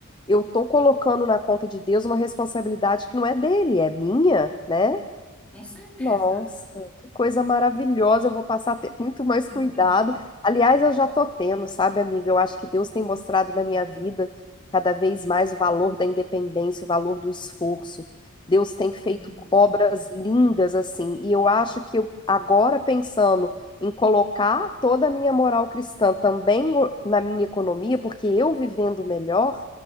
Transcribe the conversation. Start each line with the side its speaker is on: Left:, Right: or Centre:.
Left: eu tô colocando na conta de Deus uma responsabilidade que não é dele, é minha,
Centre: sim,
Left: né?
Centre: com certeza.
Left: Nossa, que coisa maravilhosa. Eu vou passar a ter muito mais
Centre: Sim.
Left: cuidado. Aliás, eu já tô tendo, sabe, amiga? Eu acho que Deus tem mostrado na minha vida cada vez mais o valor da independência, o valor do esforço. Deus tem feito
Centre: Uhum.
Left: obras lindas assim, e eu acho que eu, agora pensando em colocar toda a minha moral cristã também o- na minha economia, porque eu vivendo melhor,